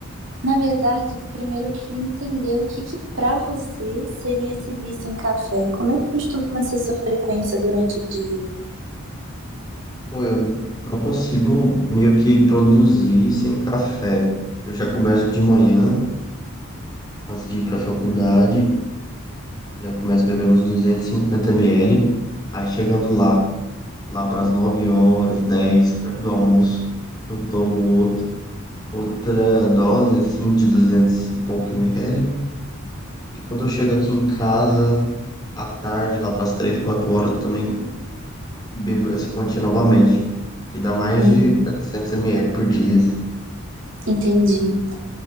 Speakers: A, on the right; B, on the left.
A: Na verdade, primeiro eu queria entender o que que para você seria esse vício em café? Como é que costuma ser sua frequência durante o dia?
B: Pô, eu não consigo meio que produzir sem café. Eu já começo de manhã, antes de ir pra faculdade, Já começo bebendo uns 250 ml. Aí chegando lá, lá para as 9 horas, 10 perto do almoço, eu tomo outro, outra dose assim de 200 e pouco ml. E quando eu chego aqui em casa, à tarde, lá para as 3 4 horas, eu também bebo essa quantia novamente, que dá mais
A: Uhum.
B: de 700 ml por dia. assim,
A: Entendi.